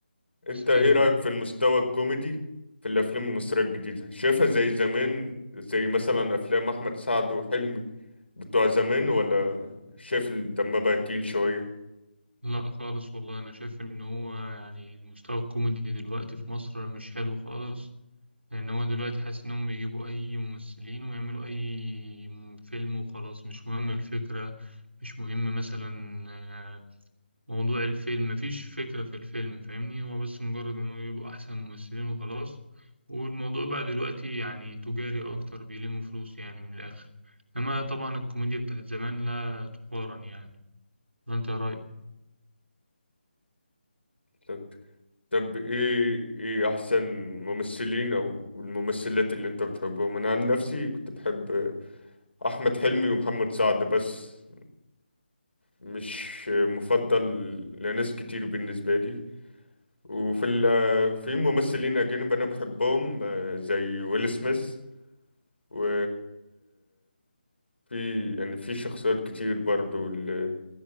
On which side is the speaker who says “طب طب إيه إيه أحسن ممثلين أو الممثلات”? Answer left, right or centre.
Left